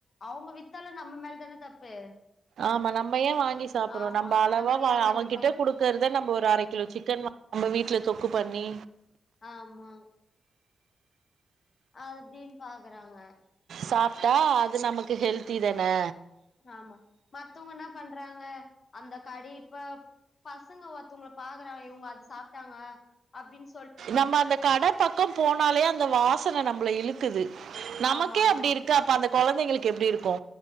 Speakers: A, on the left (about 45°); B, on the right (about 85°).
A: அவங்க வித்தாலு நம்ம மேலதானே தப்பு
B: ஆமா நம்ம ஏ வாங்கி
A: நம்
B: சாப்புறோ
A: ஆமா
B: நம்ப அளவா
A: ஏன் வாங்கி
B: அவங்கிட்ட
A: சாப்
B: குடுக் க்கறத நம்ப ஒரு அர கிலோ சிக்கன் நம்ப வீட்ல தொக்கு பண்ணி
A: ஆமா அப்டின் பாக்கறாங்க
B: சாப்ட்டா அது நமக்கு ஹெல்த்தி தானே
A: ஆமா மத்தவங்க என்ன பண்றாங்க அந்த கடிப்ப பசங்க ஒருத்தவங்கல பாக்கறா இவங்க அது சாப்ட்டாங்க அப்டின்
B: நம்ம அந்த கட பக்கோ போனாலே அந்த வாசன நம்பள இழுக்குது நமக்கே
A: ஆமா ஆமா
B: அப்டி இருக் அப்ப அந்த குழந்தைங்களுக்கு கு அப்ப அந்த கொழந்திங்களுக்கு எப்டி இருக்கு